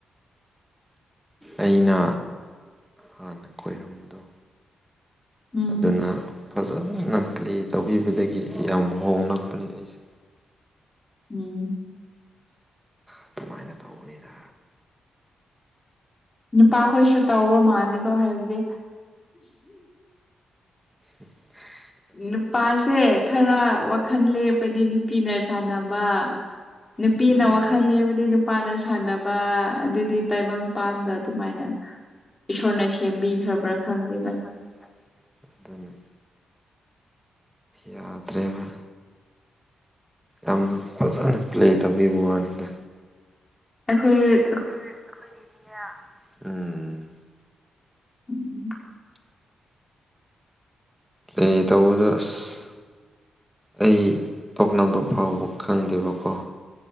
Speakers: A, in the centre; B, on the left.
A: ꯑꯩꯅ ꯍꯥꯟꯅ ꯈꯣꯏꯔꯝꯕꯗꯣ
B: ꯎꯝ
A: ꯑꯗꯨꯅ ꯐꯖꯅ ꯄ꯭ꯂꯦ ꯇꯧꯕꯤꯕꯗꯒꯤ ꯌꯥꯝ ꯍꯣꯡꯡꯂꯛꯄꯅꯦ ꯑꯩꯁꯦ
B: ꯎꯝ
A: ꯑꯗꯨꯃꯥꯏꯅ ꯇꯧꯕꯅꯤꯅ
B: ꯅꯨꯄꯥꯈꯣꯏꯁꯨ ꯇꯧꯕ ꯃꯥꯂꯦꯀꯣ ꯍꯥꯏꯕꯗꯤ
A: <inaudible>
B: ꯅꯨꯄꯥꯁꯦ ꯈꯔ ꯋꯥꯈꯜ ꯂꯦꯄꯗꯤ ꯅꯨꯄꯤꯅ ꯁꯥꯟꯅꯕ ꯅꯨꯄꯤꯅ
A: ꯑꯗꯨꯅꯤꯗ
B: ꯋꯥꯈꯜ ꯂꯦꯕꯗꯤ ꯅꯨꯄꯥꯅ ꯁꯥꯟꯅꯕ ꯑꯗꯨꯗꯤ ꯇꯥꯏꯕꯪꯄꯥꯟꯗ ꯑꯗꯨꯃꯥꯏꯅ ꯏꯁꯣꯔꯅ ꯁꯦꯝꯕꯤꯈ꯭ꯔꯕ꯭ꯔꯥ ꯈꯪꯗꯦꯗ
A: ꯑꯗꯨ ꯌꯥꯗ꯭ꯔꯦꯕ ꯌꯥꯝꯅ ꯐꯖꯅ ꯄ꯭ꯂꯦ ꯇꯧꯕꯤꯕ ꯋꯥꯅꯤꯗ
B: ꯑꯩꯈꯣꯏ
A: ꯑꯩꯈꯣꯏ ꯑꯩꯈꯣꯏꯒꯤ ꯃꯤꯔ ꯎꯝ
B: ꯎꯝ
A: ꯑꯦ ꯇꯧꯕꯗꯣ ꯑꯁ ꯑꯩ ꯄꯣꯛꯅꯕ ꯐꯥꯎꯕ ꯈꯪꯗꯦꯕꯀꯣ